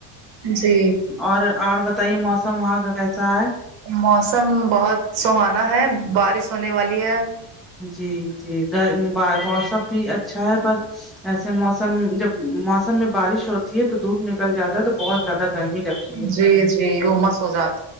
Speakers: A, on the right (about 60°); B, in the centre.
A: جی
B: اور اور پ یہ موسم وہاں کا کیسا ہے
A: موسم بہت سہانا ہے بارش ہونے والی ہے
B: جی جی گ موسم بھی اچھا ہے پر ایسے موسم جب موسم میں بارش ہوتی ہے تو دھوپ نکل جاتا ہے تو بہت زیادہ گرمی لگتی
A: جی جی وہ مس ہو جاتا